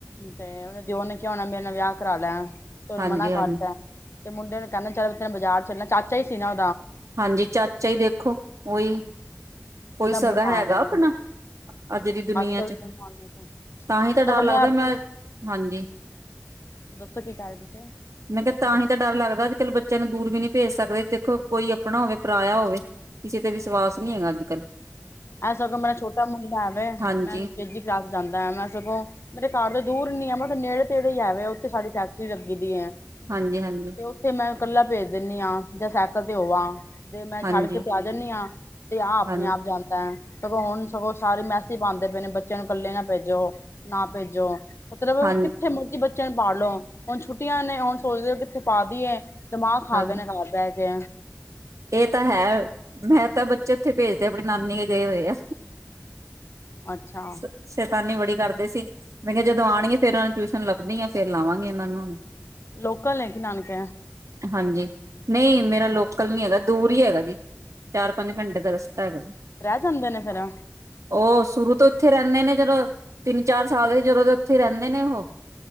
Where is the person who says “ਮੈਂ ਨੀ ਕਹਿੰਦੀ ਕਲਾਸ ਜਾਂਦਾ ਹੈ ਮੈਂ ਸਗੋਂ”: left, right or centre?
Left